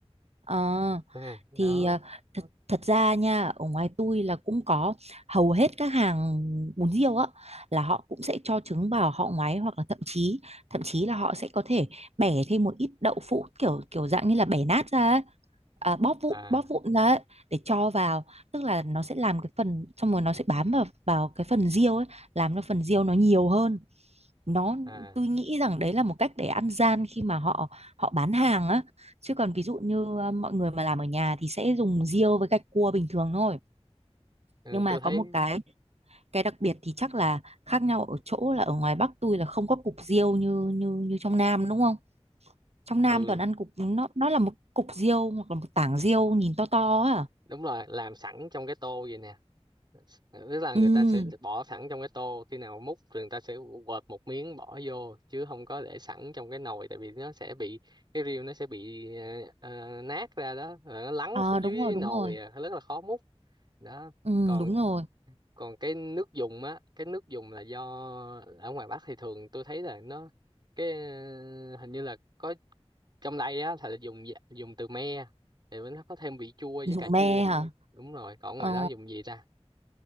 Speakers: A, on the right; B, on the right.
A: ờ
B: <laughs> Ừ,
A: thì
B: đó
A: ờ, thật, thật ra nha ở ngoài tôi là cũng có hầu hết các hàng bún riêu á là họ cũng sẽ cho trứng vào họ ngoái hoặc là thậm chí thậm chí là họ sẽ có thể bẻ thêm một ít đậu phụ kiểu kiểu dạng như là bẻ nát ra ấy. À, bóp vụn
B: à
A: bóp vụn ra ấy, để cho vào tức là nó sẽ làm cái phần xong rồi nó sẽ bám vào vào cái phần riêu ấy làm cho phần riêu nó nhiều hơn nó
B: à
A: tôi nghĩ rằng đấy là một cách để ăn gian khi mà họ họ bán hàng á chứ còn ví dụ như ờ, mọi người mà làm ở nhà thì sẽ dùng riêu với gạch cua bình thường thôi
B: ừ,
A: nhưng mà
B: tôi thấy
A: có một cái cái đặc biệt thì chắc là khác nhau ở chỗ là ở ngoài Bắc tôi là không có cục riêu như như như trong Nam đúng không trong
B: ừ
A: Nam toàn ăn cục nó nó là một cục riêu hoặc là một tảng riêu nhìn to to á à?
B: đúng rồi làm sẵn trong cái tô vậy nè tức là
A: ừ
B: người ta sẽ bỏ sẵn trong cái tô khi nào múc thì người ta sẽ quệt một miếng bỏ vô chứ không có để sẵn trong cái nồi tại vì nó sẽ bị cái riêu nó sẽ bị ờ, ờ, nát ra đó rồi nó lắng
A: à,
B: xuống
A: đúng
B: dưới
A: rồi đúng
B: nồi
A: rồi
B: à, rất là khó múc đó
A: ừ
B: còn
A: đúng rồi
B: còn cái nước dùng á cái nước dùng là do ở ngoài Bắc thì thường tôi thấy là nó cái ờ, hình như là có trong đây á thì là dùng dạ- dùng từ me thì nó có thêm vị chua với
A: dùng
B: cà chua
A: me hả
B: đúng rồi còn
A: ờ
B: ngoài đó dùng gì ta